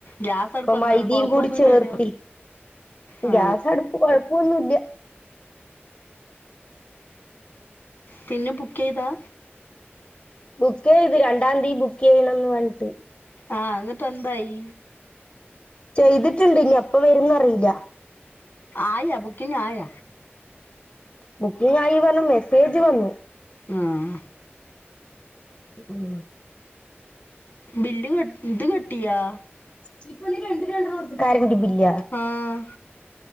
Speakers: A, on the left; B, on the left.
A: ഗ്യാസ് അടുപ്പ്
B: പ്പൊ
A: എന്താണ്
B: മൈദീം
A: കുഴപ്പമൊന്നുമില്ലല്ലോ
B: കൂടി ചേർത്തി
A: ആ
B: ഗ്യാസ് അടു കുഴപ്പൊന്നുഇല്ല
A: പിന്നെ ബുക്ക് ചെയ്താ
B: ബുക്ക് ചെയ്ത് രണ്ടാം തീ ബുക്ക് ചെയ്യണം ന്ന് പറ്ഞ്ഞ്ട്ട്
A: ആഹ് എന്നിട്ട് എന്തായി
B: ചെയ്തിട്ട്ണ്ട് ഇനി എപ്പ വരുന്നറില്ല
A: ആയ ബുക്കിങ്ങായ?
B: ബുക്കിംഗ് ആയി പറഞ് മെസ്സേജ് വന്നു
A: ആഹ്
B: ഉം
A: ബില്ല് കെ ഇത് കെട്ടിയാ?
B: <unintelligible> കരണ്ട് ബില്ല
A: ആഹ്